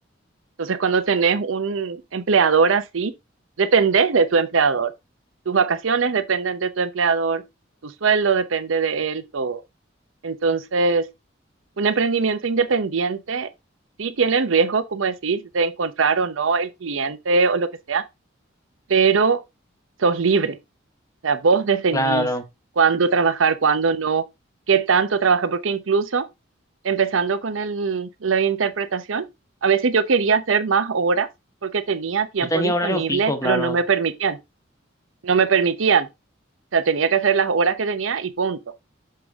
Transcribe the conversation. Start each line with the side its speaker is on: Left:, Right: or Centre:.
Right: Entonces, cuando tenés un empleador así, dependés de tu empleador. Tus vacaciones dependen de tu empleador, tu sueldo depende de él, todo. Entonces, Un emprendimiento independiente sí tiene el riesgo, como decís, de encontrar o no el cliente o lo que sea, pero sos libre. O sea, vos definís
Left: claro.
Right: cuándo trabajar, cuándo no, qué tanto trabajar, porque incluso empezando con el, la interpretación, a veces yo quería hacer más horas porque tenía tiempo
Left: Yo tenía
Right: disponible,
Left: horario fijo, claro.
Right: pero no me permitían, no me permitían. O sea, tenía que hacer las horas que tenía y punto.